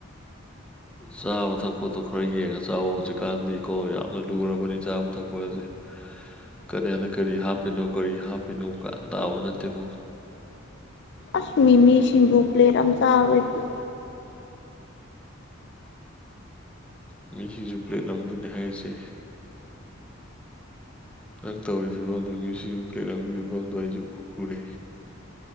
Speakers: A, in the centre; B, on the left (about 60°).
A: ꯆꯥꯕ ꯊꯛꯄꯗꯣ ꯈꯔ ꯌꯦꯡꯉ ꯆꯥꯎ ꯍꯧꯖꯤꯛꯀꯥꯟꯗꯤ ꯀꯣ ꯌꯥꯝꯅ ꯂꯨꯔꯕꯅꯤ ꯆꯥꯕ ꯊꯛꯄꯥꯁꯦ ꯀꯅꯥꯅ ꯀꯔꯤ ꯍꯥꯞꯄꯤꯅꯣ ꯀꯔꯤ ꯍꯥꯞꯄꯤꯅꯣ <unintelligible> ꯇꯥꯕ ꯅꯠꯇꯦꯀꯣ
B: ꯑꯁ ꯃꯤꯃꯤ ꯁꯤꯡꯖꯨ ꯄ꯭ꯂꯦꯠ ꯑꯝ ꯆꯥꯕꯩ ꯄꯨꯛ
A: ꯃꯤꯃꯤ ꯁꯤꯡꯖꯨ ꯄ꯭ꯂꯦꯠ ꯑꯝꯗꯨꯅꯤ ꯍꯥꯏꯔꯤꯁꯦ ꯅꯪ ꯇꯧꯔꯤ ꯐꯤꯕꯝꯗꯣ <unintelligible> ꯁꯤꯡꯖꯨ ꯄ꯭ꯂꯦꯠꯑꯝꯒꯤ ꯐꯤꯕꯝꯗꯣ ꯑꯩꯁꯨ ꯎꯔꯦ